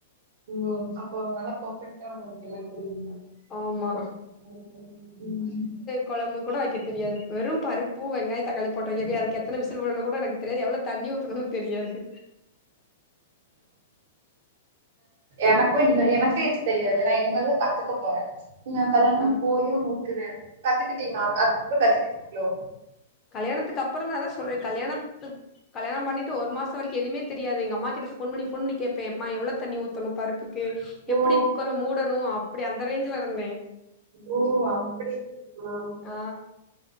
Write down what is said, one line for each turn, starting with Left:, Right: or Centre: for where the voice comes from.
Right: ம் ஓ அப்போ நல்லா பர்ஃபெக்ட்டா உங்களுக்கு எல்லாமே புரிஞ்
Left: ஆமா
Right: தா <inaudible> ம்
Left: கெலம்பு கூட வைக்க தெரியாது வெறும் பருப்பு வெங்காய தக்காளி போட்டு வைக்கற் துக்கோ எத்தன விசில் விடனூ கூட எனக்கு தெரியாது எவ்ளோ தண்ணி ஊத்தணுனூ தெரியாது
Right: எனக்கு இல்ல எனக்கூ இத்தெரியாது நா இனிமேதா கத்துக்க போறே நீங்க கல்யாணமாயி
Left: ஆ
Right: போய் உங்களுக்கு வேல கத்துக்கிட்டீங்களா அதுக்கப்புறோ கத்துக்கிட்டீங்களோ
Left: கல்யாணத்துக்கு அப்புறந் தா அதா சொல்றே கல்யாணத்துப் கல்யாண பண்ணிட்டு ஒரு மாச வரைக்கூ எதுவுமே தெரியாது எங்க அமாகிட்ட ஃபோன் பண்ணி ஃபோன் பண்ணி கேப்பே எவ்ளோ தண்ணி ஊத்தணூ பருப்புக்கு எப்டி
Right: ஓ!
Left: குக்கர மூடணூ அப்டி அந்த ரேஞ்ல இருந்தே
Right: ஓ அப்டிங்ளா
Left: ஆ